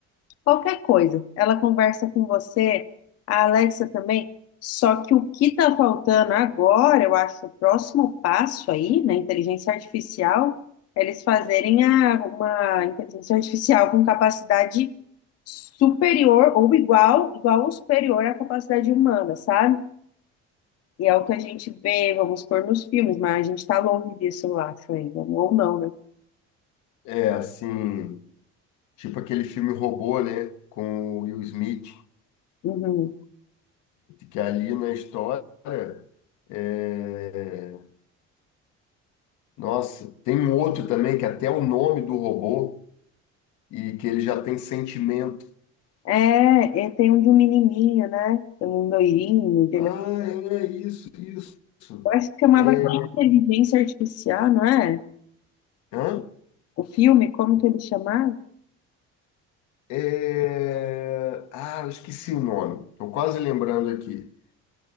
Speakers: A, on the left; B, on the left.
A: Qualquer coisa. Ela conversa com você, a Alexa também. Só que o que está faltando agora, eu acho, o próximo passo aí, na inteligência artificial, é eles fazerem a- uma inteligência artificial com capacidade superior ou igual, igual ou superior à capacidade humana, sabe? E é o que a gente vê, vamos pôr nos filmes, mas a gente está longe disso, eu acho, ainda. Ou não, né?
B: é assim, tipo aquele filme Robô, né, com o Will Smith,
A: Uhum.
B: que ali na história, é, nossa, tem um outro também que até o nome do robô e que ele já tem sentimento.
A: É, e tem um de um menininho, né? Tem um loirinho,
B: Ah, é isso, isso.
A: Eu acho que chamava
B: É,
A: aquela inteligência artificial, não é?
B: hã?
A: O filme, como que ele chamava?
B: É, Ah, eu esqueci o nome. Estou quase lembrando aqui.